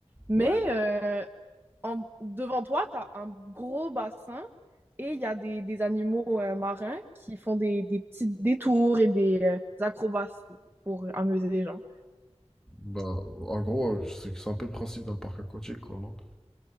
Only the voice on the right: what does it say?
mais
euh, en, devant toi, t'as un gros bassin et il y a des, des animaux euh, marins qui font des, des petits détours et des euh, acrobaties pour amuser les gens.